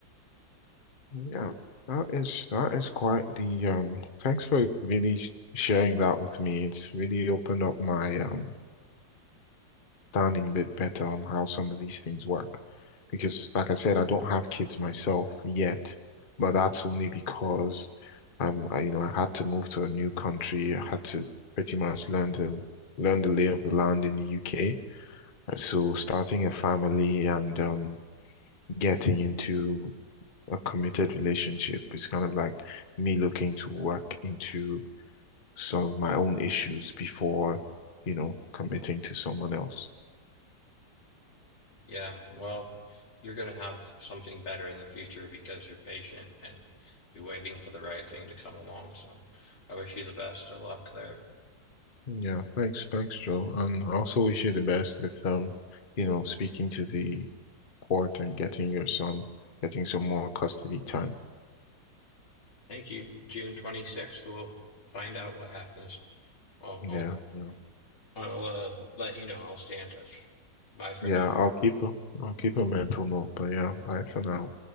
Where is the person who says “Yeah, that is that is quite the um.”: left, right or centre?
Left